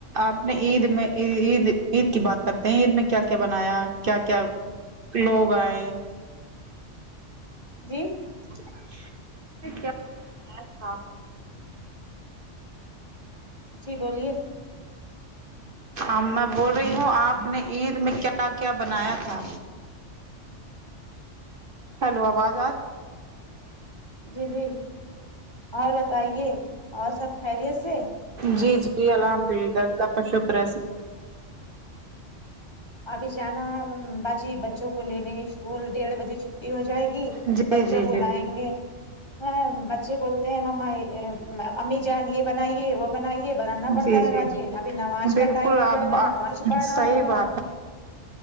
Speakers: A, on the right (about 50°); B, on the left (about 25°).
A: آپ نے عید میں عید عید کی بات کرتے ہیں عید میں کیا کیا بنایا کیا کیا لوگ آئے
B: جی
A: <inaudible>
B: جی بولیے
A: ہاں میں بول رہی ہوں آپ نے عید میں کیا کیا بنایا تھا ہیلو آواز آ
B: جی جی اور بتائیے اور سب خیریت سے
A: جی جی الحمد للہ اللہ کا شکر ہے
B: ابھی جانا ہے باجی جی بچوں کو لینے اسکول ڈیڑھ بجے چھٹی ہو جائے گی
A: جی
B: بچوں
A: جی
B: کو
A: جی
B: لائیں گے ہاں بچے بولتے ہیں ممما امی جان یہ بنائیے وہ بنائیے بنانا پڑتا
A: جی
B: ہے
A: جی
B: باجی ابھی نماز
A: بالکل
B: کا ٹائم ہو
A: آپ
B: جائے گا نماز پڑھنا
A: صحیح
B: ہوگا
A: بات